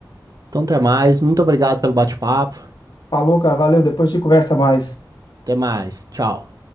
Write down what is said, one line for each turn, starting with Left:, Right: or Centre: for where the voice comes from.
Right: Então, até mais. Muito obrigado pelo bate-papo.
Left: Falou, cara. Valeu. Depois a gente conversa mais.
Right: Até mais. Tchau.